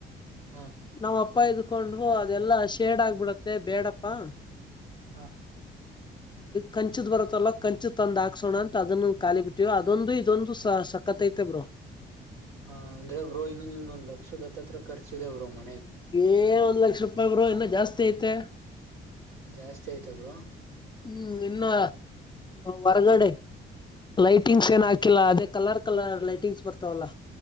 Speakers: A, on the right; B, on the left.
A: ಹಾ
B: ನಾವ್ ಅಪ್ಪ ಇದ ಕಕೊಂಡ್ ಅದೆಲ್ಲಾ ಶೇಡ್ ಆಗ್ಬಿಡತ್ತೆ ಬೇಡಪ್ಪಾ
A: ಹಾ
B: ಕಂಚದ್ ಬರತ್ತಲ್ಲ ಕಂಚಿದ ತಂದಾ ಹಸೋಣ ಅಂತ ಅದನ್ನು ಖಾಲಿ ಬಿಟ್ಟಿವವ ಅದೊಂದು ಇದೊಂದು ಸ ಸಕತ ಐತೆ ಬ್ರೋ
A: ಹ ಅಂದ್ರೆ ಬ್ರರು ಇನ್ನು ನಿಮ್ದೊಂದ್ ಲಕ್ಷದತ್ತ ಹತ್ರ ಖರ್ಚಿದೆರು ಮ
B: ಏ ಒಂದ್ ಲಕ್ಷ ರೂಪಾಯಿ ಬ್ರೋ ಇನ್ನು ಜಾಸ್ತಿ ಐತೆ
A: ಜಾಸ್ತಿ ಆಯ್ತವ್ರ
B: ಹ್ಮ್ ಇನ್ನು ಹೊರಗಡೆ ಲೈಟಿಂಗ್ಸ್
A: ಹಾ
B: ಏನ್ ಹಾಕಿಲ್ಲ ಅದ ಕಲರ್ ಕಲರ್ ಲೈಟಿಂಗ್ಸ್ ಬರ್ತಾವಲ್ಲ